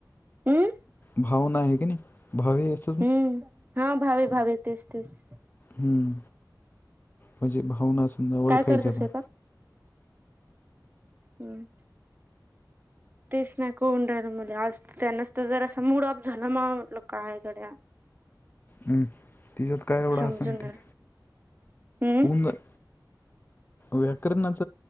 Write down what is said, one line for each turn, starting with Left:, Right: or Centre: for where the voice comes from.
Right: हम्म
Left: भाव नाही आहे की नाही भावे अस
Right: हम्म हा भावे भावे तेच तेच
Left: हम्म म्हणजे भावना समजा ओळखायच्या
Right: काय करत स्वयंपाक
Left: ना
Right: हम्म. तेच नाही कोण राहिलं मुले आज त्यांनाच तर जर असा मूड अप झाला म म्हटलं काय गड्या.
Left: हम् तिच्यात काय एवढं
Right: समजूनणार
Left: असं ना ठीक
Right: हम्म
Left: होऊन जाय व्याकरणाच